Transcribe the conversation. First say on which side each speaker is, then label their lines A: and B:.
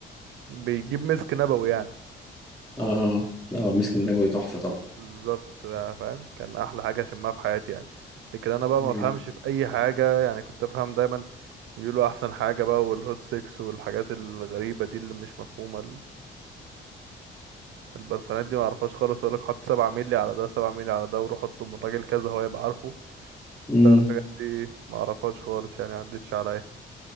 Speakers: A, on the right; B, on the left.
A: بيجيب مسك نبوي يعني
B: اه اه المسك النبوي تحفة طبعا
A: بالظبط آه، فاهم كان احلى حاجة شمها في حياتي يعني لكن انا بقى ما
B: امم
A: افهمش في اي حاجة يعني كنت افهم دايما يقولوا احسن حاجة بقى والهوت سيكس والحاجات الغريبة دي اللي مش مفهومة البرفانات دي ما اعرفهاش خالص يقول لك حط سبعة مللي على ده سبعة مللي على ده وروح اطلب من راجل كذا هو يبقى عارفه
B: امم
A: ده الحاجات دي ما اعرفهاش خالص يعني عدتش عليا